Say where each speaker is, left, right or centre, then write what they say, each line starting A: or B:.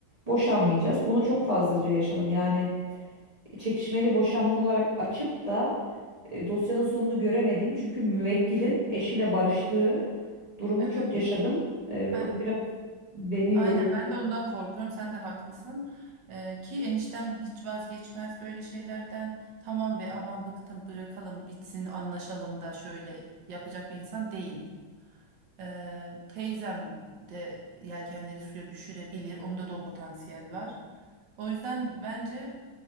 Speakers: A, on the right; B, on the right.
A: Boşanmayacağız. Bunu çok fazlaca yaşadım. Yani çekişmeli boşanma olarak açıp da e, dosyanın sonunu göremediğim çünkü müvekkilin eşiyle barıştığı durumu
B: Evet.
A: çok yaşadım. E,
B: Ben
A: bu da biraz beni
B: Aynen
A: yoruyor.
B: ben de ondan korkuyorum. Sen de haklısın. Ee, ki eniştem hiç vazgeçmez böyle şeylerden. Tamam be aman bıktım bırakalım bitsin anlaşalım da şöyle yapacak bir insan değil. Ee, teyzem de yelkenleri suya düşürebilir. Onda da o potansiyel var. O yüzden bence